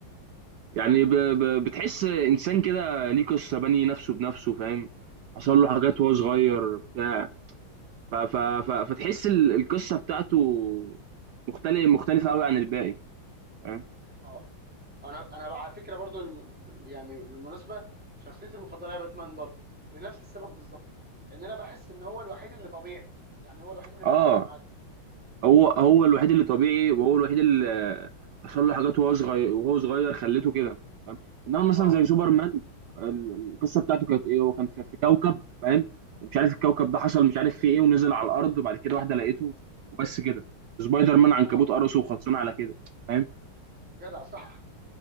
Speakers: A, on the right (about 75°); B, in the centre.
A: يعني ب... ب... بتحس انسان كده ليه قصه بني نفسه بنفسه فاهم حصل له حاجات
B: مم.
A: وهو صغير بتاع ف... ف... ف... فتحس ال- القصه بتاعته مختلف مختلفه قوي عن الباقي فاهم
B: اه انا انا على فكره برضو الم- يعني بالمناسبه شخصيتي المفضله هي باتمان برضو لنفس السبب بالظبط ان انا بحس ان هو الوحيد اللي طبيعي يعني هو الوحيد اللي
A: اه
B: بني ادم عادي
A: هو هو الوحيد اللي طبيعي وهو الوحيد اللي حصل له حاجات وهو صغير وهو صغير خلته كده فاهم انما مثلا
B: اه
A: زي سوبرمان ال- القصه بتاعته كانت ايه هو كان في في كوكب فاهم ومش عارف الكوكب
B: مم.
A: ده حصل مش عارف فيه ايه ونزل على الارض وبعد كده واحده لقيته وبس كده سبايدر مان
B: و-
A: عنكبوت
B: اه
A: قرصه
B: بالظبط
A: وخلصنا على كده فاهم
B: جدع صح